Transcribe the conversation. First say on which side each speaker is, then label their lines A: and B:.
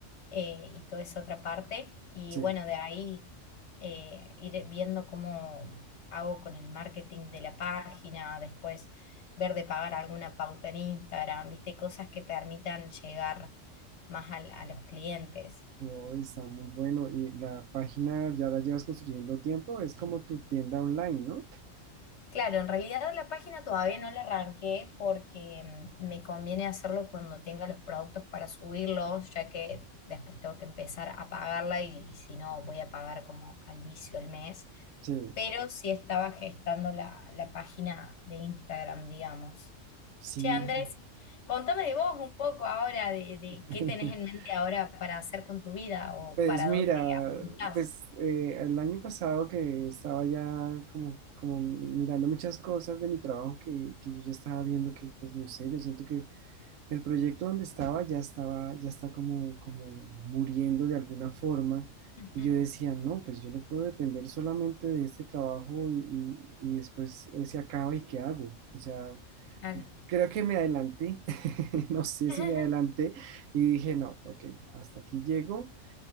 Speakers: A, on the left; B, on the right.
A: eh, y toda esa otra parte. Y
B: sí.
A: bueno, de ahí eh, ir viendo cómo hago con el marketing de la página, después ver de pagar alguna pauta en Instagram, viste, cosas que permitan llegar más al- a los clientes.
B: Oh, está muy bueno. Y la página ya la llevas construyendo tiempo, es como tu tienda online, ¿no?
A: Claro, en realidad la página todavía no la arranqué porque mm, me conviene hacerlo cuando tenga los productos para subirlos, ya que después tengo que empezar a pagarla y, y si no voy a pagar como al vicio el mes.
B: Sí,
A: Pero sí estaba gestando la, la página de Instagram, digamos.
B: sí.
A: Che, Andrés, contame de vos un poco ahora, de, de
B: <laughs>
A: qué tenés en mente ahora para hacer con tu vida o
B: Pues
A: para
B: mira,
A: dónde apuntás.
B: pues eh, el año pasado que estaba ya como, como mirando muchas cosas de mi trabajo que, que yo ya estaba viendo que, pues no sé, yo siento que el proyecto donde estaba ya estaba, ya está como, como muriendo de alguna forma.
A: Ujú,
B: Y yo decía, no, pues yo no puedo depender solamente de este trabajo y, y- y después eh, se acaba y ¿qué hago? O sea,
A: claro.
B: creo que me adelanté, <laughs> no sé
A: <laughs>
B: si me adelanté y dije, no, ok, hasta aquí llego